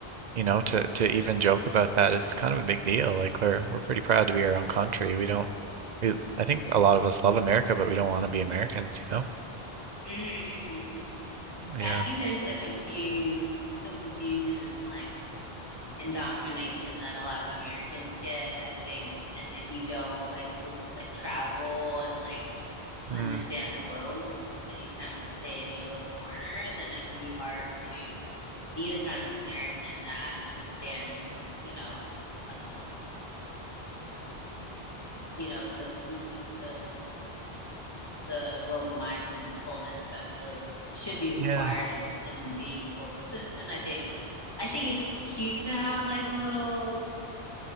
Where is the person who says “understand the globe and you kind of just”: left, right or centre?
Left